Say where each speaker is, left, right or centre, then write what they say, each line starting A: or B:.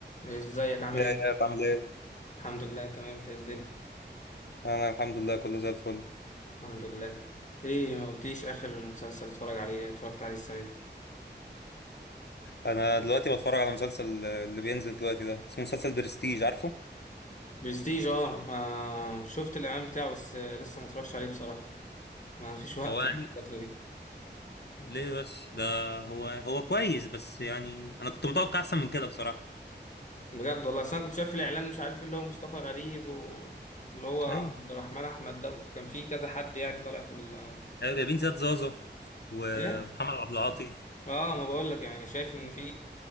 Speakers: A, on the left; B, on the left.
A: ازيك عامل
B: يا
A: ايه؟
B: يا بعمل ايه؟
A: الحمد لله تمام انت ايه الدنيا
B: انا الحمد لله كله زي الفل
A: الحمد لله ايه ما قلتليش اخر مسلسل اتفرج عليه اتفرجت عليه السنة دي
B: انا دلوقتي بتفرج على مسلسل اللي بينزل دلوقتي ده اسمه مسلسل برستيج عارفه؟
A: برستيج اه, آه شفت الاعلان بتاعه بس آه، لسه ما اتفرجتش عليه بصراحة ما فيش وقت
B: هو يعني
A: يعني الفترة دي
B: ليه بس ده هو هو كويس بس يعني انا كنت متوقع احسن من كده بصراحه
A: بجد والله اصل انا كنت شايف الاعلان مش عارف ايه اللي هو مصطفى غريب واللي هو عبد
B: اي
A: الرحمن احمد ده كان في كذا حد يعني طالع في ال
B: ايوه جايبين زياد زازا و-
A: ايه؟
B: ومحمد عبد العاطي
A: اه ما بقول لك يعني شايف ان في